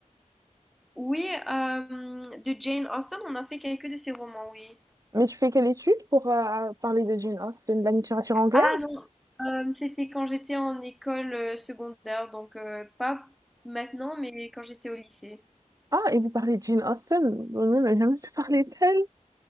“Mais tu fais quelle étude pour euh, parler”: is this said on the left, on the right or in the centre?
Right